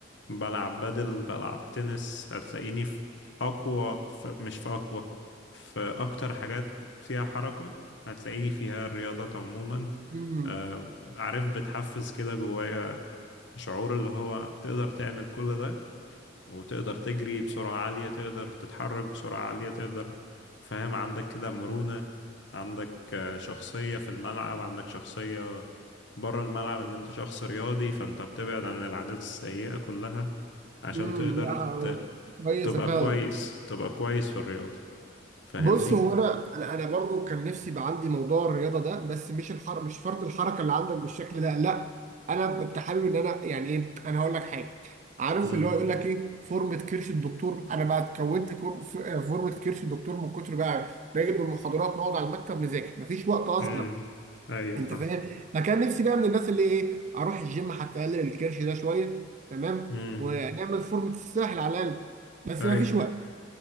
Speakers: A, on the left; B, on the right.
A: بلعب بدل بلعب تنس هتلاقيني في أقوى في مش في أقوى في أكتر حاجات فيها حركة هتلاقيني فيها الرياضات عموما
B: امم
A: آه، عارف بتحفز كده جوايا شعور اللي هو تقدر تعمل كل ده وتقدر تجري بسرعة عالية تقدر تتحرك بسرعة عالية تقدر فاهم عندك كده مرونة عندك آه، شخصية في الملعب عندك شخصية بره الملعب ان انت شخص رياضي فانت بتبعد عن العادات السيئة كلها عشان
B: امم
A: تقدر
B: لا،
A: ت...
B: كويسه
A: تبقى
B: فعلا
A: كويس تبقى كويس في الرياضة فاهمني
B: بص هو انا انا انا برضو كان نفسي يبقى عندي موضوع الرياضه ده بس مش الحر مش فرط الحركه اللي عندك بالشكل ده لا انا كنت حابب ان انا يعني ايه انا هقول لك حاجه عارف
A: امم
B: اللي هو يقول لك ايه فورمه كرش الدكتور انا بقى اتكونت كور- ف- فورمه كرش الدكتور من كتر بقى باجي من المحاضرات نقعد على المكتب نذاكر مفيش وقت اصلا
A: امم ايوه
B: انت
A: فاهم
B: فاهم فكان نفسي بقى من الناس اللي ايه اروح الجيم حتى اقلل الكرش ده شويه تمام
A: امم
B: ونعمل فورمه الساحل على الاقل بس
A: ايوه
B: ما فيش وقت.